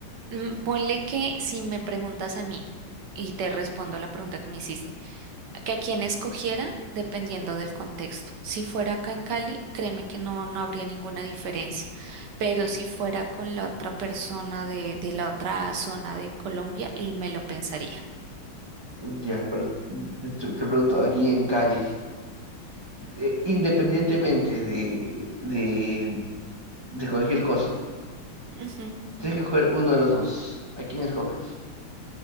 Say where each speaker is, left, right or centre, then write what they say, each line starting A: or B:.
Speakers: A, on the right; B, on the right.
A: Mm, ponle que si me preguntas a mí, y te respondo la pregunta que me hiciste, que a quién escogiera dependiendo del contexto. Si fuera acá en Cali, créeme que no, no habría ninguna diferencia. Pero si fuera con la otra persona de, de la otra zona de Colombia, me lo pensaría.
B: Ya, pero te, te pregunto, aquí en Cali, eh, independientemente de, de, de cualquier cosa.
A: Ujú.
B: Tienes que escoger uno de los dos. ¿A quién escoges?